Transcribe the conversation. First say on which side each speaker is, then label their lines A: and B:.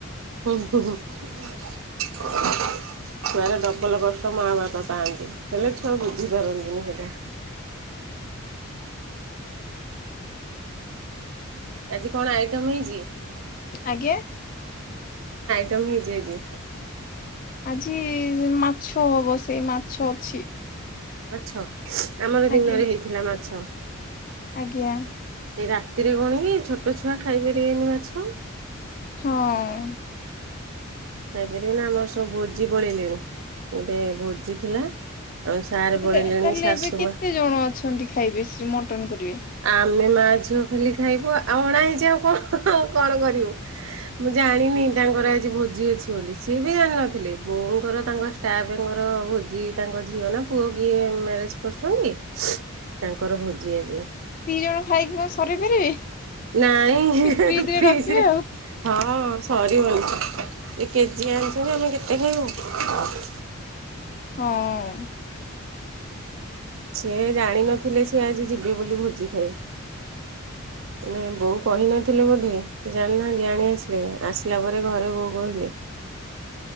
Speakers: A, on the right; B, on the left.
A: <unintelligible> ଛୁଆର ଡବଲ୍ କଷ୍ଟ ମା ବାପା ପାଆନ୍ତି। ହେଲେ ଛୁଆ ବୁଝି ପାରନ୍ତିନି ସେଟା। ଆଜି କଣ ଆଇଟମ୍ ହେଇଚି?
B: ଆଜ୍ଞା।
A: <unintelligible> ହେଇଛି ଆଜି?
B: ଆଜି ମାଛ ହବ, ସେଇ ମାଛ ଅଛି।
A: ମାଛ, ଆମର ଦିନରେ
B: ଆଜ୍ଞା
A: ହେଇଥିଲା ମାଛ।
B: ଆଜ୍ଞା।
A: ଏଇ ରାତିରେ କଣ କି ଛୋଟ ଛୁଆ ଖାଇପାରିବେନି ମାଛ।
B: ହଁ।
A: ଖାଇପାରିବେ ନା ଆମର ସବୁ ଭୋଜି ପଳେଇଲେଣି। ଗୋଟେ ଭୋଜି ଥିଲା। ଆଉ ସାର୍
B: <unintelligible> ତାହେଲେ
A: ପଳେଇଲେଣି ଶାଶୁ
B: ଏବେ କେତେ
A: ମା
B: ଜଣ ଅଛନ୍ତି ଖାଇବେ ସେ ମଟନ୍ କରିବେ?
A: ଆମେ ମା ଝିଅ ଖାଲି ଖାଇବୁ ଆଉ ଅଣା ହେଇଛି ଆଉ କଣ କଣ କରିବୁ। ମୁଁ ଜାଣିନି ତାଙ୍କର ଆଜି ଭୋଜି ଅଛି ବୋଲି। ସିଏ ବି ଜାଣିନଥିଲେ। ବୋଉଙ୍କର ତାଙ୍କ ଷ୍ଟାପେ ଙ୍କର ଭୋଜି ତାଙ୍କ ଝିଅ ନା ପୁଅ କିଏ ମ୍ୟାରେଜ୍ କରୁଛନ୍ତି।
B: <inaudible>
A: ତାଙ୍କର ଭୋଜି ଆଜି।
B: ଦି ଜଣ ଖାଇକି କଣ ସରେଇ ପାରିବେ?
A: ନାଇଁ ଏ
B: ଫ୍ରିଜରେ
A: ଫ୍ରିଜ୍
B: ରଖିବେ
A: ରେ
B: ଆଉ
A: ହଁ ସରିିବନି ଏ କେଜିଏ ଆଣିଛନ୍ତି, ଆମେ କେତେ ଖାଇବୁ।
B: ହଁ।
A: ସେ ଜାଣିନଥିଲେ ସିଏ ଆଜି ଯିବେ ବୋଲି ଭୋଜି ଖାଇ।
B: <inaudible>
A: ମାନେ ବୋଉ କହିନଥିଲେ ବୋଧେ ସେ ଜାଣି ନାହାନ୍ତି। ଆଣି ଆସିଲେ <unintelligible> ଆସିଲା ପରେ ଘରେ ବୋଉ କହିଲେ।